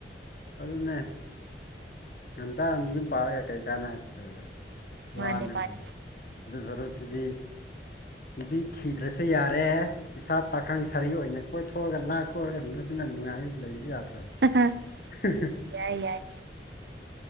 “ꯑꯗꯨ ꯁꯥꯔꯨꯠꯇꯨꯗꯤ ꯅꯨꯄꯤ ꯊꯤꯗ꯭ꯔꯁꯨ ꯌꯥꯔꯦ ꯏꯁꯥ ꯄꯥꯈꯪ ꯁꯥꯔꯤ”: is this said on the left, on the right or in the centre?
Left